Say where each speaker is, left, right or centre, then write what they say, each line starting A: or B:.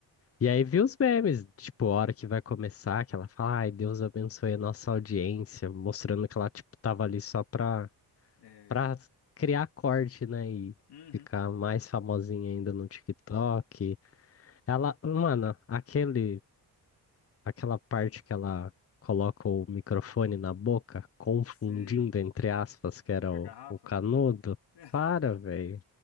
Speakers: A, on the left (about 35°); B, on the left (about 80°).
A: E aí vi os memes, tipo, a hora que vai começar, que ela fala, ai, Deus abençoe a nossa audiência, mostrando que ela, tipo, tava ali só pra,
B: É,
A: pra criar corte, né? E
B: uhum,
A: ficar mais famosinha ainda no TikTok. Ela, mano, aquele. aquela parte que ela coloca o microfone na boca, confundindo
B: sei.
A: entre aspas que era
B: Com
A: o,
B: a garrafa?
A: o canudo.
B: <laughs>
A: Para, velho.